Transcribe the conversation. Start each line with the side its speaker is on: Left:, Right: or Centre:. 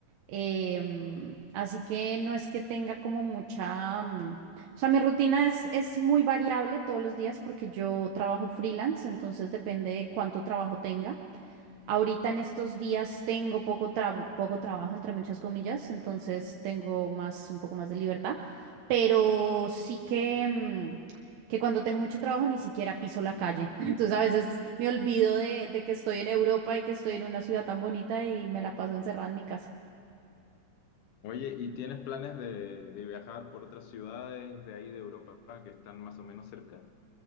Right: Em, así que no es que tenga como mucha, mm, o sea, mi rutina es, es muy variable todos los días porque yo trabajo freelance, entonces depende de cuánto trabajo tenga. Ahorita en estos días tengo poco traba- poco trabajo, entre muchas comillas, entonces tengo más, un poco más de libertad, pero sí que, mm, que cuando tengo mucho trabajo ni siquiera piso la calle. <laughs> Entonces a veces me olvido de, de que estoy en Europa y que estoy en una ciudad tan bonita y me la paso encerrada en mi casa.
Left: Oye, ¿y tienes planes de, de viajar por otras ciudades de ahí de Europa que están más o menos cerca?